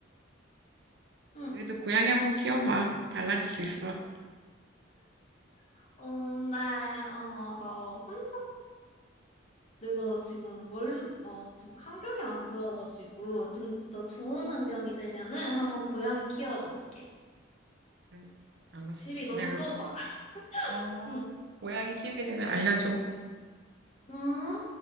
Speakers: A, on the left (about 35°); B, on the right (about 55°).
A: 응.
B: 그래도 고양이 한번 키워봐. 달라질 수 있어.
A: 어, 네, 아마 나 혼자, 내가 지금 뭘, 어, 좀 환경이 안 좋아가지고, 좀 더 좋은 환경이 되면은 한번 고양이 키워볼게.
B: 응, 알았어.
A: 집이 너무
B: 내가,
A: 좁아. <laughs>
B: 어,
A: 응.
B: 고양이 키우게 되면 알려줘.
A: 음?